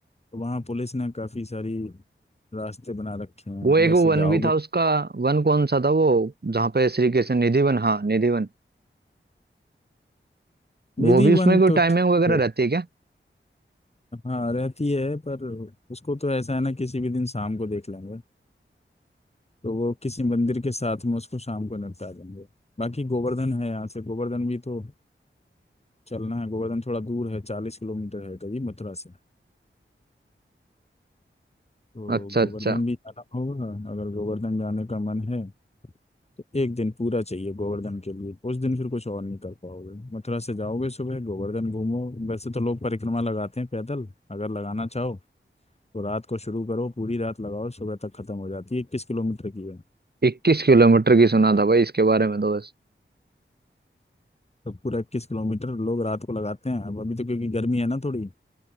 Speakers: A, on the left; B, on the right.
A: वहाँ पुलिस ने काफी सारी रास्ते बना रखे हैं
B: वो एक
A: उधर
B: वो
A: से
B: वन
A: जाओगे
B: भी था उसका वन कौन सा था वो जहाँ पे श्री कृष्ण निधिवन हाँ निधिवन वो
A: निधि
B: भी उसमें
A: वन
B: कोई
A: तो
B: टाइमिंग
A: ठीक
B: वगैरह
A: है
B: रहती है क्या
A: हाँ रहती है पर उसको तो ऐसा है ना किसी भी दिन शाम को देख लेंगे तो वो किसी मंदिर के साथ में उसको शाम को निपटा देंगे बाकी गोवर्धन है यहाँ से गोवर्धन भी तो चलना है गोवर्धन थोड़ा दूर है चालीस किलोमीटर है करीब मथुरा से तो
B: अच्छा
A: गोवर्धन
B: अच्छा
A: भी जाना होगा अगर गोवर्धन जाने का मन है तो एक दिन पूरा चाहिए गोवर्धन के लिए उस दिन फिर कुछ और नहीं कर पाओगे मथुरा से जाओगे सुबह गोवर्धन घूमो वैसे तो लोग परिक्रमा लगाते हैं पैदल अगर लगाना चाहो तो रात को शुरू करो पूरी रात लगाओ सुबह तक खत्म हो जाती है इक्कीस किलोमीटर की है
B: इक्कीस किलोमीटर की सुना था भाई इसके बारे में तो बस
A: तो पूरा इक्कीस किलोमीटर लोग रात को लगाते हैं अब अभी तो क्योंकि गर्मी है ना थोड़ी